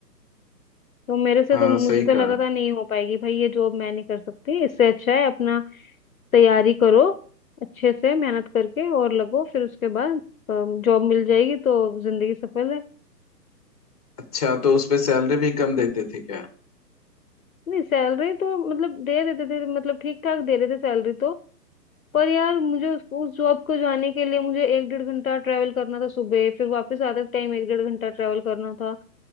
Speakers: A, on the left (about 55°); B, on the left (about 25°).
A: तो मेरे से
B: हाँ
A: तो मुझे
B: सही
A: तो लगा
B: कहा
A: था नहीं हो पाएगी भाई ये जॉब मैं नहीं कर सकती इससे अच्छा है अपना तैयारी करो अच्छे से मेहनत करके और लगो फिर उसके बाद जॉब मिल जाएगी तो जिंदगी सफल है
B: अच्छा तो उस पे सैलरी भी कम देते थे क्या
A: नहीं सैलरी तो मतलब दे देते थे मतलब ठीक ठाक दे रहे थे सैलरी तो पर यार मुझे उस, उस जॉब को जाने के लिए मुझे एक डेढ़ घंटा ट्रैवल करना था सुबह फिर वापस आते टाइम एक डेढ़ घंटा ट्रैवल करना था